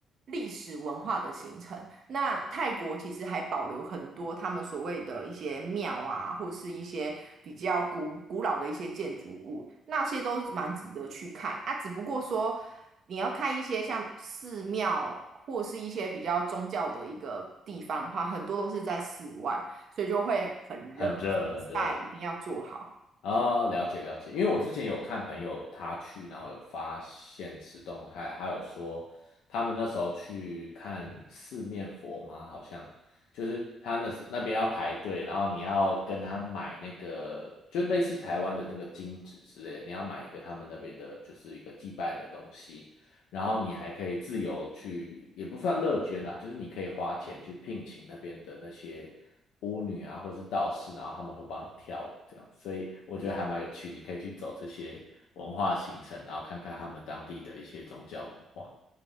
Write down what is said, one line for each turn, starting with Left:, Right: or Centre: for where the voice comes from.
Right: 历史文化的行程。那泰国其实还保留很多他们所谓的一些庙啊，或是一些比较古古老的一些建筑物，那些都蛮值得去看啊。只不过说你要看一些像寺庙或是一些比较宗教的一个地方的话，很多都是在室外，所以就会很热，
Left: 很热，
Right: 防晒一定要做好。
Left: 很热啊，了解了解。因为我之前有看朋友他去，然后有发现实动态，他有说他们那时候去看四面佛吗？好像就是他那时那边要排队，然后你要跟他买那个，就类似台湾的那个金纸之类的，你要买一个他们那边的，就是一个祭拜的东西。然后你还可以自由去，也不算乐捐啦，就是你可以花钱去聘请那边的那些巫女啊，或是道士，然后他们会帮你跳舞这样，所以我觉得还蛮有趣，你可以去走这些文化行程，然后看看他们当地的一些宗教文化。